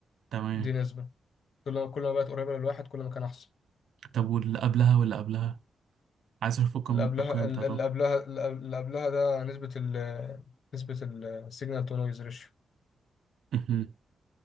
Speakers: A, on the right (about 85°); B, on the left (about 65°).
A: تمام
B: دي نسبة كل ما كل ما بقت قريبة للواحد كل ما كان احسن
A: طب واللي قبلها واللي قبلها عايز أشوف القيم
B: اللي قبلها
A: القيم
B: ال-
A: بتاعتهم
B: اللي قبلها اللي قبلها ده نسبة ال نسبة السيجنال تو نويز ريشيو
A: مهم.